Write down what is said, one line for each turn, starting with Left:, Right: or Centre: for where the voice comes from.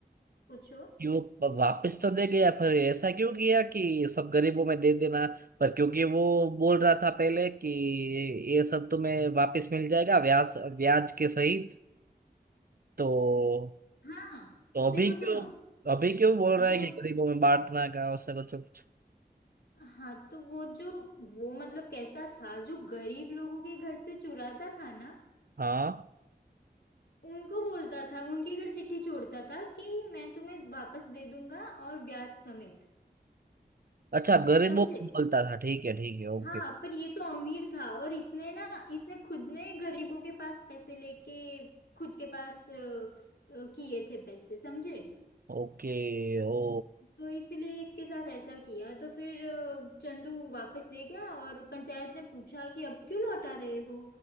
Left: पूछो
Right: कि वो प- वापस तो दे गया पर ऐसा क्यों किया कि सब गरीबों में दे देना पर क्योंकि वो बोल रहा था पहले कि ये सब तुम्हें वापस मिल जाएगा ब्याज ब्याज के सही तो
Left: हाँ
Right: तो अभी
Left: देखो सुनो
Right: क्यों अभी क्यों बोल रहा
Left: वो
Right: है कि गरीबों में बांटना का उससे कुछ कुछ
Left: हाँ तो वो जो वो मतलब कैसा था जो गरीब लोगों के घर से चुराता था ना
Right: हाँ
Left: उनको बोलता था उनके घर चिट्ठी छोड़ता था कि मैं तुम्हें वापस दे दूंगा और ब्याज समेत
Right: अच्छा गरीबों
Left: समझे
Right: को बोलता था ठीक है ठीक है ओके
Left: हाँ पर ये तो अमीर था और इसने ना इसने खुद ने गरीबों के पास पैसे लेके खुद के पास अ, अ, किए थे पैसे समझे
Right: ओके ओ
Left: तो इसलिए इसके साथ ऐसा किया तो फिर अ, चंदू वापस ले गया और पंचायत ने पूछा कि अब क्यों लौटा रहे हो